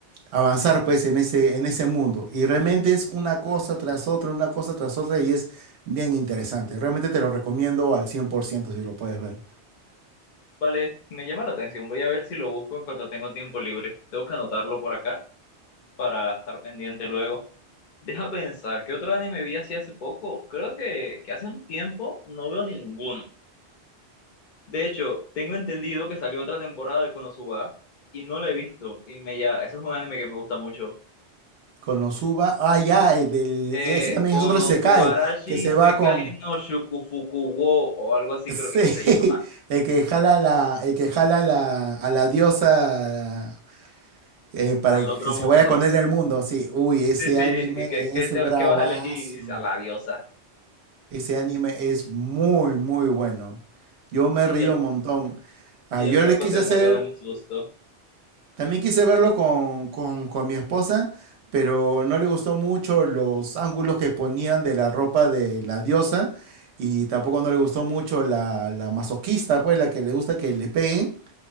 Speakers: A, on the right; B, on the left.
A: avanzar pues en ese, en ese mundo. Y realmente es una cosa tras otra, una cosa tras otra y es bien interesante. Realmente te lo recomiendo al cien por ciento si lo puedes ver.
B: Vale, me llama la atención. Voy a ver si lo busco en cuanto tengo tiempo libre. Tengo que anotarlo por acá para estar pendiente luego. Deja pensar, ¿qué otro anime vi así hace poco? Creo que, que hace un tiempo no veo ninguno. De hecho, tengo entendido que salió otra temporada de Konosuba y no la he visto. Y me ya, ese es un anime que me gusta mucho.
A: Konosuba, ah, ya, el del-
B: Eh,
A: ese también
B: Konosubarashi
A: es otro Isekai que se va
B: Sekai
A: con...
B: no
A: <laughs>
B: Shukufuku wo o algo así
A: Sí,
B: creo que se llama.
A: el que jala la, el que jala la, a la diosa eh, para
B: Al
A: que
B: otro
A: se
B: mundo.
A: vaya con él del mundo. Sí, uy, ese
B: Sí, sí,
A: anime
B: ¿qué, qué, qué
A: es
B: te-
A: bravazo.
B: qué vas a elegir? Y dice, a la diosa.
A: Ese anime es muy, muy bueno. Yo me
B: Y
A: río
B: el,
A: un montón. Ah,
B: y
A: yo
B: el loco
A: le quise
B: se
A: hacer,
B: murió de un susto.
A: también quise verlo con, con, con mi esposa, pero no le gustó mucho los ángulos que ponían de la ropa de la diosa y tampoco no le gustó mucho la, la masoquista, pues la que le gusta que le peguen.